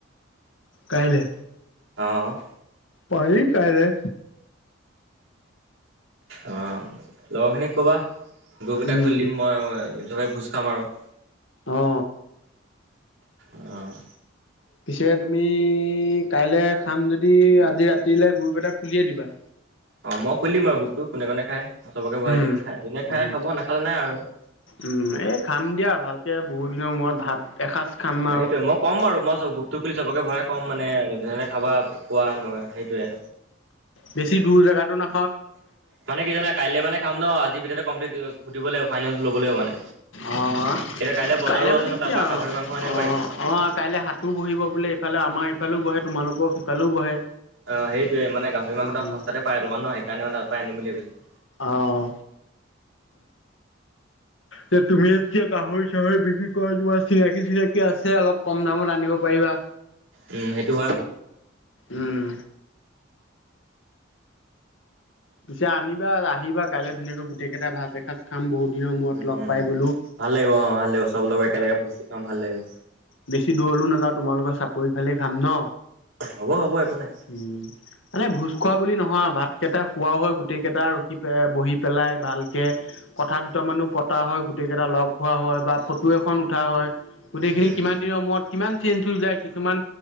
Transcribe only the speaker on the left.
কাইলৈ
পাৰি কাইলে
উম
অ
পিছে তুমি কাইলৈ খাম যদি আজি ৰাতিলে গ্ৰুপ এটা খুলিয়ে দিবা
উম
উম
উম এ খাম দিয়া ভালকে বহুত দিনৰ মূৰত ভাত এসাঁজ। খাম
আৰু
বেছি দূৰ জেগাতো ন
অঁ অঁ,
কাইলে
মানে
কি
আও,
অ
অ কাইলে সাত তোৰ বহিব বোলে ইফালে আমাৰ ইফালেও বহে, তোমালোকৰ সিফালেও বহে।
উম,
অহ। যে তুমি যেতিয়া গাহৰি চাহৰি বিক্ৰী কৰা তোমাৰ চিনাকি চিনাকি আছে অলপ কম দামত আ- নিব পাৰিবা।
উম। পিছে আনিবা আহিবা কাইলৈ ধুনীয়াকৈ গোটেই কেইটা ভাত এসাঁজ খাম বহুত দিনৰ মূৰত
লগ
পাই বোলো।
বেছি দূৰলৈ নাযাওঁ তোমালোকৰ চাপৰিফালে খাম ন?
উম। মানে ভোজ খোৱা বুলি নহয় ভাত কেইটা খুৱাও হয় গোটেইকেইটা ৰখি পেলাই বহি পেলাই ভালকে। কথা দুটা মানো পতা হয় গোটেই কেইটা লগ হোৱা হয়, বা ফটো এখন উঠা হয়। গোটেইখিনি
কিমান দিনৰ মূৰত কিমান চেঞ্জ হৈ যায় কিছুমান,